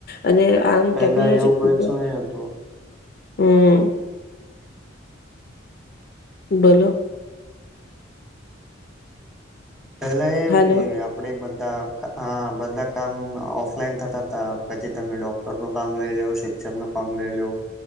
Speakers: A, on the left; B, in the centre.
A: અને આમ
B: પેલા
A: ટેકનોલોજી
B: એવું
A: ખૂબ
B: કશું નહી હતું.
A: હં, બોલો.
B: પેલા એવું
A: હાલો
B: કે આપડે બ ધા હા, બધા કામ અ ઓફલાઈન થતા તા પછી તમે ડોક્ટરનું કામ લઈ લેવ શે ચરનું કામ લઈ લો